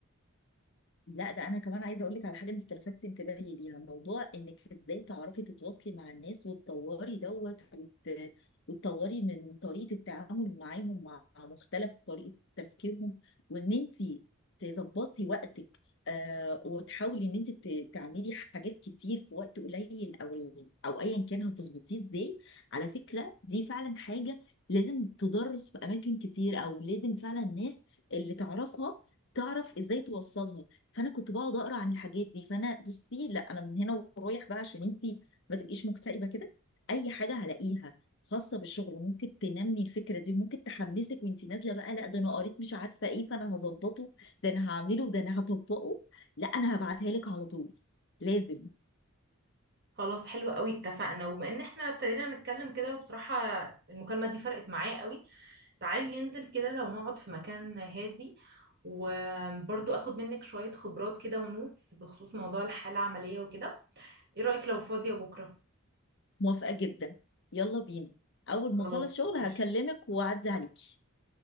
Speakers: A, on the left (about 55°); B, on the right (about 45°).
A: لا ده انا كمان عايزه اقول لك على حاجه انت استلفتي انتباهي ليها موضوع انك ازاي تعرفي تتواصلي مع الناس وتطوري دوت وت... وتطوري من طريقه التعامل معاهم مع مختلف طريقه تفكيرهم وان انت تظبطي وقتك آه وتحاولي ان انت ت- تعملي حاجات كتير في وقت قليل او ال- او ايا كان هتظبطيه ازاي على فكره دي فعلا حاجه لازم تدرس في اماكن كتير او لازم فعلا الناس اللي تعرفها تعرف ازاي توصلها فانا كنت بقعد اقرا عن الحاجات دي فانا بصي لا انا من هنا ورايح بقى عشان انتي ما تبقيش مكتئبه كده اي حاجه هلاقيها خاصه بالشغل ممكن تنمي الفكره دي وممكن تحمسك وانتي نازله بقى لا ده انا قريت مش عارفه ايه فانا هظبطه ده انا هعمله ده انا هطبقه لا انا هبعتها لك على طول لازم
B: خلاص حلو قوي اتفقنا وبما ان احنا ابتدينا نتكلم كده وبصراحه المكالمه دي فرقت معايا قوي تعالي ننزل كده لو نقعد في مكان هادي وبرضو اخد منك شويه خبرات كده ونوتس بخصوص موضوع الحاله العمليه وكده ايه رايك لو فاضيه بكره
A: موافقه جدا يلا بينا اول
B: خلاص
A: ما اخلص شغل
B: ماشي
A: هكلمك واعدي عليكي